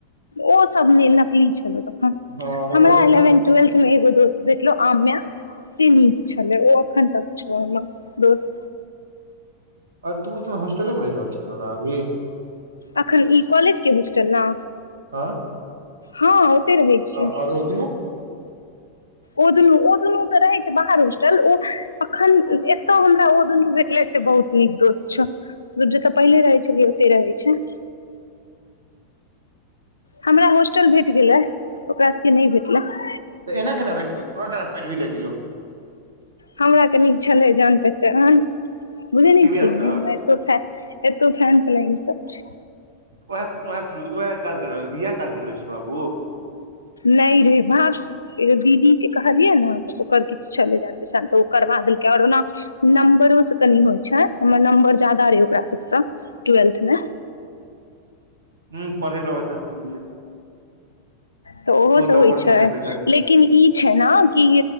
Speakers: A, on the left; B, on the right.
A: ओ सबमे नकली छलौ तखन,
B: हँ ओकरा
A: हमरा
B: सबसँ
A: एलेवेन् ट्वेल्थ में एगो दोस्त भेटलो, आम्या। से नीक छलै, ओ एखन तक छौ हमर दोस्त।
B: अर तू स होस्टलेमे रहि रहल छिही न आभी।
A: अखन, ई कॉलेज के होस्टल ने।
B: हाँ,
A: हँ, ओते रहै छियै
B: अ आरो दु।
A: ओ दुनू ओ दुनू तऽ रहैय छैय बाहर होस्टल ओ एखन। त हमरा ओ दुनू भेटले से बहुत नीक दोष्त छ जतऽ पहिनेे रहैय छेलियै ओतै रहैय छैय। हमरा होॉस्टल भेट गेला ओकरा सब के नइ भेटलैय।
B: त एना केना भेट गेलौ तोड़ा केना पैरवी लैग गेलौ।
A: हमरा कनी छलैय जान पहचान बुझैय नैइ
B: सीनियर
A: छीय
B: सँ
A: हमरा। फ एतोौ फ्रंटलाइन सब। छैय।
B: वैह वैह थू उएह काज करब इएह काज करबै छौ बाबू।
A: नहि रे भक दीदी के कहलियै न तऽ ओकर किछ छलैय जान पहचान तऽ ओ। करबा देलकै ओर ओना नम्बरो से कनि होइ छैय हमर नम्बर जादा रहे ओकरा सब सऽ टुवेल्थ मे
B: हूं पढैय वला बच्चा सब।
A: तऽ ओहो स
B: टॉपर
A: होइ छैय
B: छी सङ्गे सङ्गे
A: लेकिन ई छैय न कि